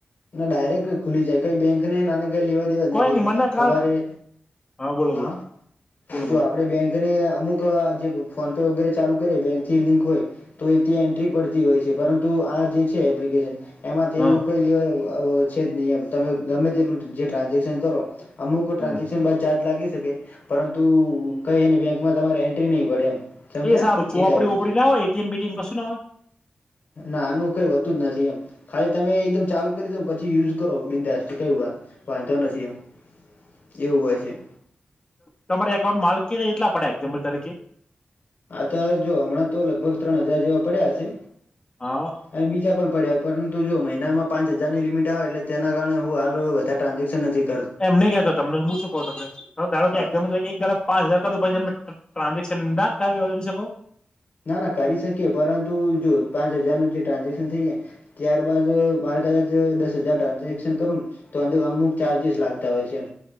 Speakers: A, on the left (about 65°); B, on the left (about 25°).
A: ના ડાયરેક્ટ ખુલી જાય કઈ બેંકને નાને કઈ લેવા દેવા નથી
B: કોઈ નઈ
A: એમ
B: મને
A: તમારે.
B: કાલ બોલો
A: હા
B: બોલો બોલો
A: જો
B: બોલો
A: આપડે બેન તેને અમુક જે ફોન પે વગેરે ચાલુ કરે બેંક થી લિંક હોય. તો એ ત્યાં એન્ટ્રી પડતી હોય છે પરંતુ આ જે છે એપ્લિકેશન. એમાં તે
B: હા
A: એવું કંઈ લેવા છે જ નહીં એમ તમે ગમે તેટલું જે ટ્રાન્ઝેક્શન કરો. અમુક ટ્રાન્ઝેક્શન
B: હમ
A: બાદ ચાર્જ લાગી શકે. પરંતુ કઈને બેંકમાં તમારે એન્ટ્રી નહીં પડે એમ. સમજ્યા
B: એ સારું ચોપડી
A: ટાઈપનું
B: વપડી
A: છે
B: ના હોય એટીએમ બીટીએમ કશું ના હોય.
A: ના આનું કઈ વધતું જ નથી એમ. ખાલી તમે એકદમ ચાલુ કરી દો પછી યુઝ કરો બિંદાસ ક વાત વાંધો નથી એમ. એવું હોય છે.
B: તમારી એકાઉન્ટ માલ એટલા પડે એક્ઝામ્પલ તરીકે?
A: અ ત્યારે જો હમણાં તો લગભગ ત્રણ હજાર જેવા પડ્યા હશે.
B: હા અ.
A: અને બીજા પણ પડ્યા પરંતુ જો મહિનામાં પાંચ હજારની લિમિટ આવે એટલે તેના કારણે હું હાલ વધારે ટ્રાન્ઝેક્શન નથી- -
B: એમ ન ગયાતો તમને હું શું ક તને ધારો કેામ
A: હા
B: એક જડા- - પાંચ હજાર કરા તો પછી તમે ટ્રાન્ઝેક્શન ના કર શકો?
A: ના ના કરી શકીએ પરંતુ જો પાંચ હજાર ન જે ટ્રાન્ઝેક્શન થઈ જાય- - ત્યારબાદ મારે કદાચ દસ હજાર ટ્રાન્ઝેક્શન કરું ને- - તો અંદર અમુક ચાર્જિસ લાગતા હોય છે એમ